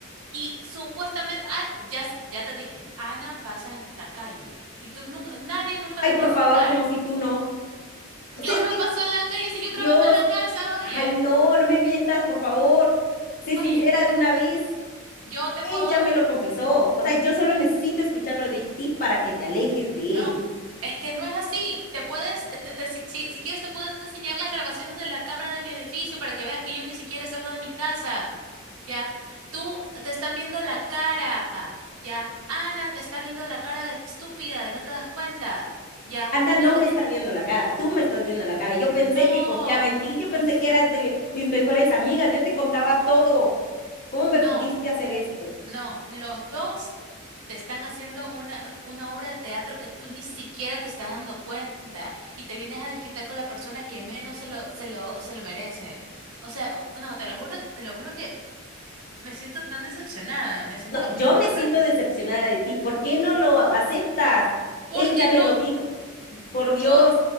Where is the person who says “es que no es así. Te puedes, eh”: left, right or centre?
Right